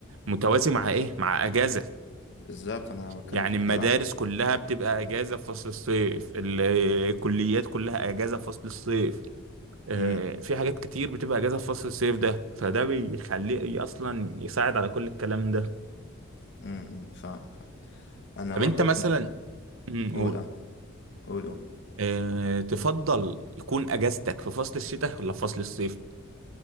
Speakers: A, on the right (about 70°); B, on the left (about 60°).
A: متوازي مع ايه مع اجازة
B: بالظبط انا بتكلم
A: يعني
B: في كده
A: المدارس
B: اه
A: كلها بتبقى اجازه في فصل الصيف ال- الكليات كلها اجازه في فصل الصيف آه،
B: امم
A: في حاجات كتير بتبقى اجازه في فصل الصيف ده فده بيخليه اصلا يساعد على كل الكلام ده
B: امم فاهم فاهم. انا
A: طب
B: برضو
A: انت مثلا مم،
B: قول
A: قول
B: اه قول قول
A: آه، تفضل يكون اجازتك في فصل الشتاء ولا في فصل الصيف